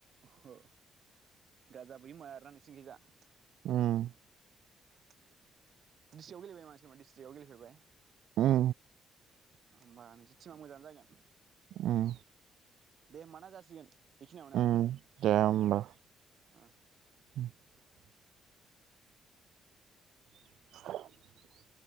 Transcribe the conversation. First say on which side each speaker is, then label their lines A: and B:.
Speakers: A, on the right (about 55°); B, on the right (about 75°).
A: अ गाजा बोयो मार ना <unintelligible>
B: उम
A: दिस्ट्रिक्टआव गेलेबाय मान सोरबा डिस्ट्रिक्टआव गेलेफेरबाय
B: उम
A: होमबा नोंसिनि टिमा मोजाङानो जागोन
B: उम
A: दे होमबा ना जासिगोन बेखिनियावनो
B: उम दे होमबा
A: ओ
B: <inaudible> <inaudible>